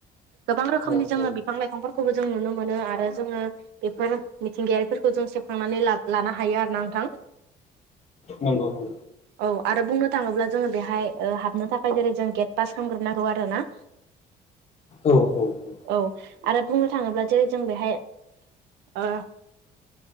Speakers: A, on the right (about 85°); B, on the left (about 40°).
A: गोबां रोखोमनि
B: औ
A: जोङो
B: औ
A: बि बिफां लाइफांफोरखौबो जों नुनो मोनो आरो जोङो बेफोर मिथिंगायारिफोरखौ जों सेबखांनानै लाब लानो हायो आरो ना नोंथां।
B: नंगौ नंगौ
A: औ आरो बुंनो थाङोब्ला जोङो बेहाय ओ हाबनो थाखाय जेरै जों गेट पास खामग्रोनांगौ आरोना।
B: औ औ औ।
A: औ आरो बुंनो थाङोब्ला जेरै जों बेहाय ओ